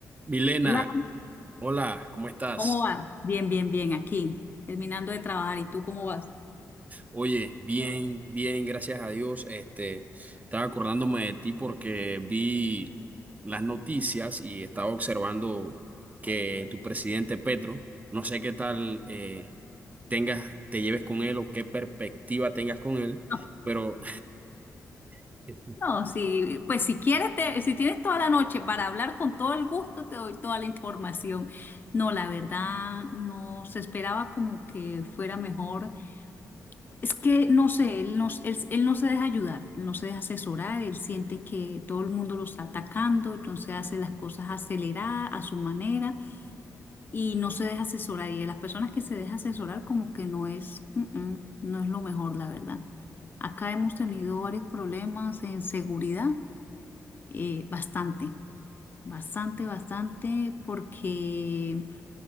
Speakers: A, on the right (about 25°); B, on the left (about 35°).
A: Milena,
B: Hola,
A: hola, ¿cómo estás?
B: ¿cómo va? Bien, bien, bien, aquí, terminando de trabajar. ¿Y tú cómo vas?
A: Oye, bien, bien, gracias a Dios. Este, estaba acordándome de ti porque vi las noticias y estaba observando que tu presidente Petro, no sé qué tal eh, tengas, te lleves con él o qué perspectiva tengas con él,
B: No,
A: pero <laughs>
B: no, sí, pues si quieres, te- si tienes toda la noche para hablar con todo el gusto, te doy toda la información. No, la verdad, no se esperaba como que fuera mejor. Es que, no sé, él no, él, él no se deja ayudar, él no se deja asesorar, él siente que todo el mundo lo está atacando, entonces hace las cosas aceleradas a su manera. y no se deja asesorar. Y de las personas que se deja asesorar, como que no es, mm, mm, no es lo mejor, la verdad. Acá hemos tenido varios problemas en seguridad, eh, bastante, bastante, bastante, porque